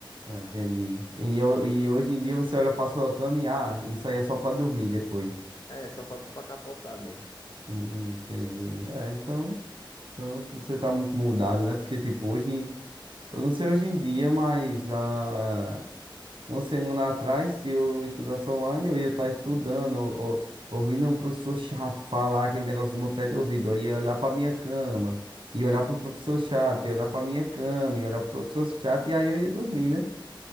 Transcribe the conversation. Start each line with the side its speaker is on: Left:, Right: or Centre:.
Right: Ah, entendi. E, eu- e hoje em dia você olha pra sua cama e, ah, isso aí é só pra dormir depois.
Left: É, só pra, pra capotar mesmo.
Right: Hum, hum, entendi. É, então, então você tá muito mudado, né? Porque, tipo, hoje, eu não sei hoje em dia, mas ah, Uma semana atrás, se eu estudasse online, eu ia estar estudando, ou, ou- ouvindo o professor chato falar aquele negócio no meu pé de ouvido. Eu ia olhar para minha cama, e olhar para o professor chato, e olhar para minha cama, e olhar para o professor chato, e aí eu ia dormir, né?